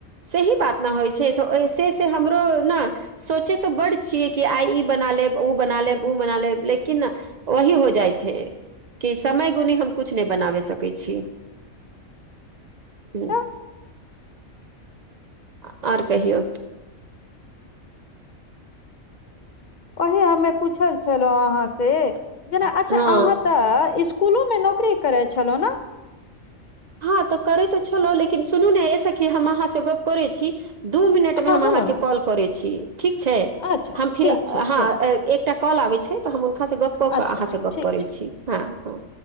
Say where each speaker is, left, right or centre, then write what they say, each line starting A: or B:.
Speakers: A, on the right; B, on the left.
A: सही बात ने होइत छै त ऐसे हमरो ने सोचे त बड छियै कि आइ ई बना लेब ओ बना लेब ओ बना लेब लेकिन ओही हो जाइ छै कि समय गुण हम किछु नहि बनाबे सकै छी।
B: <inaudible>
A: हूँ,
B: तऽ
A: आ आर कहियौ।
B: ओहो हमरा पूछै छले अहाँ से जेना अच्छा,
A: हँ
B: अहाँ त स्कुलो मे नौकरी करै छलहुँ न।
A: हँ त करे त छलौं लेकिन सुनू ने एहि सखी हम अहाँ से गप करै छी। दू मिनट मे
B: हँ
A: हम
B: बोलू
A: अहाँके
B: ने
A: कॉल करै छी ठीक छै
B: अच्छा
A: हम फिर
B: ठीक छै चलू
A: हँ एक एकटा कॉल आबै छै त हम हुनका से गप क के
B: अच्छा
A: अहाँ
B: अच्छा
A: से गप
B: ठीक
A: करै छी हं हं